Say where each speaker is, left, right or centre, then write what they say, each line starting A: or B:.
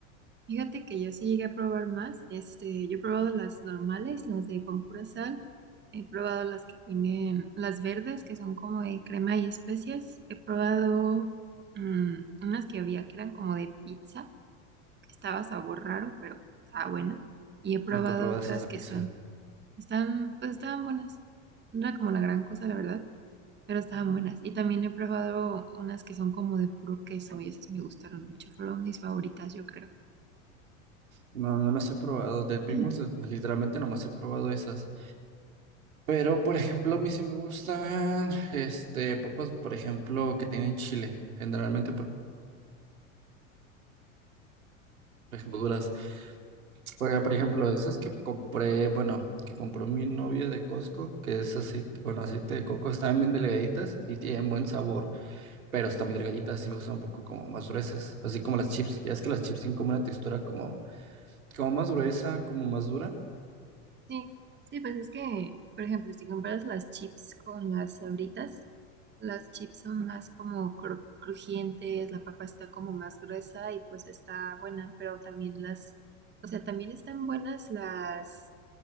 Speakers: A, on the right; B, on the right.
A: Fíjate que yo sí llegué a probar más. Este, yo he probado las normales, las de con pura sal. He probado las que tienen las verdes, que son como de crema y especias. He probado mm, unas que había que eran como de pizza, que estaba sabor raro, pero estaba buena. Y he probado
B: Nunca he probado
A: otras
B: esas de
A: que
B: pizza.
A: son, están, pues estaban buenas. No era como la gran cosa, la verdad, pero estaban buenas. Y también he probado unas que son como de puro queso y esas me gustaron mucho. Fueron mis favoritas, yo creo.
B: No, no las he probado. De Pringles,
A: <clears throat>
B: eh, literalmente nomás he probado esas. Pero, por ejemplo, a mí sí me gustan, este, papas, por ejemplo, que tengan chile. Generalmente, por por ejemplo, duras. Por, por ejemplo, esas que compré, bueno, que compró mi novia de Costco, que es aceite, con aceite de coco, están bien delgaditas y tienen buen sabor, pero están muy delgaditas, sí me gustan un poco como más gruesas, así como las chips. Ya es que las chips tienen como una textura como, como más gruesa, como más dura.
A: Sí, sí, pues es que, por ejemplo, si compras las chips con las Sabritas, las chips son más como cru- crujientes, la papa está como más gruesa y pues está buena, pero también las, o sea, también están buenas las,